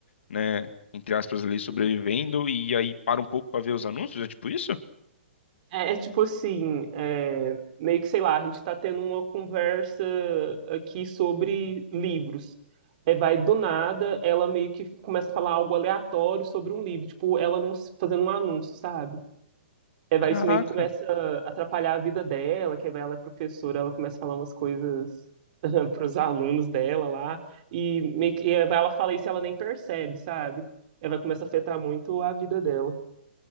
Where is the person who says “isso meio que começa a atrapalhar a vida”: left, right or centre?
Right